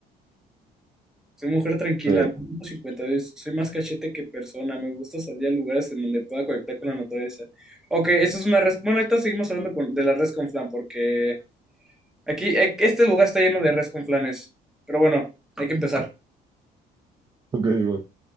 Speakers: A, in the centre; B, on the right (about 20°).
A: Soy mujer tranquila,
B: Sí.
A: mido cincuenta y dos soy más cachete que persona, me gusta salir a lugares en donde pueda conectar con la naturaleza. Ok, eso es una res... Bueno, ahorita seguimos hablando con- de la res con flan, porque aquí, e- este lugar está lleno de res con flanes. Pero bueno, hay que empezar.
B: Ok, igual.